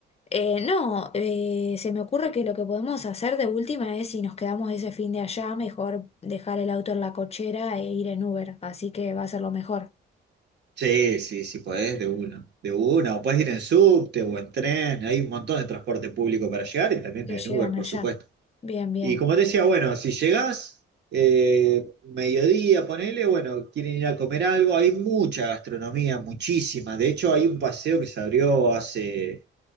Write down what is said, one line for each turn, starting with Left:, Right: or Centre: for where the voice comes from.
Left: Eh, no, eh, se me ocurre que lo que podemos hacer de última es si nos quedamos ese fin de allá, mejor dejar el auto en la cochera e ir en Uber, así que va a ser lo mejor.
Right: Sí, sí, sí podés, de una, de una, o podés ir en subte o en tren, hay un montón de transporte público para llegar y también
Left: Te
Right: en
Left: llegan
Right: Uber, por
Left: allá.
Right: supuesto.
Left: Bien, bien.
Right: Y como te decía, bueno, si llegás, eh, mediodía, ponele, bueno, quieren ir a comer algo, hay mucha gastronomía, muchísima. De hecho, hay un paseo que se abrió hace